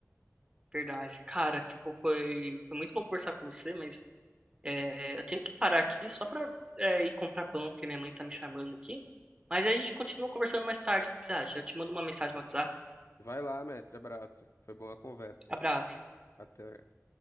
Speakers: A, on the right (about 20°); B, on the left (about 60°).
A: Verdade. Cara, tipo, foi, foi muito bom conversar com você, mas é, eu tenho que parar aqui só pra é, ir comprar pão, porque minha mãe tá me chamando aqui. Mas a gente continua conversando mais tarde, o que que você acha? Eu te mando uma mensagem no WhatsApp.
B: Vai lá, mestre, abraço. Foi boa a conversa.
A: Abraço.
B: Até.